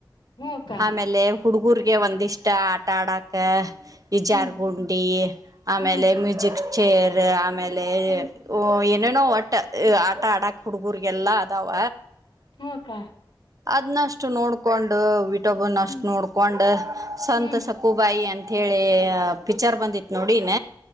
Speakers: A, on the left; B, on the right.
A: ಹ್ಮ ಅಕ್ಕ
B: ಆಮೇಲೆ ಹುಡುಗೂರ್ಗೆ ಒಂದಿಷ್ಟ ಇಷ್ಟ ಆಟ ಆಡಕ್ಕ ಈ ಜಾರ್ಗುಂಡಿ
A: ಹ್ಮ್
B: ಆಮೇಲೆ
A: ಹ್ಮ್
B: ಮ್ಯೂಸಿಕ್ ಚೇರ್ ಆಮೇಲೆ
A: ಹ್ಮ್
B: ಅ <unintelligible> ಏನೋ ಒಟ್ಟ ಆಟ ಆಡಕ್ ಹುಡುಗುರ್ರಿಗೆಲ್ಲಾ ಅದಾವ
A: ಹ್ಮುಅಕ್ಕಾ
B: ಅದ್ನಷ್ಟು ನೋಡ್ಕೊಂಡು ಇೊಬ್ಬನ್ ಅಷ್ಟ್
A: ಹ್ಮ್
B: ನೋಡ್ಕೊಂಡ್ ಸಂತತ್
A: ಹ್ಮ್
B: ಸಕುಬಾಯಿ ಅಂತ ಅಂತ ಹೇಳಿ ಪಿಕ್ಚರ್ ಬಂದಿತು ನೋಡಿನ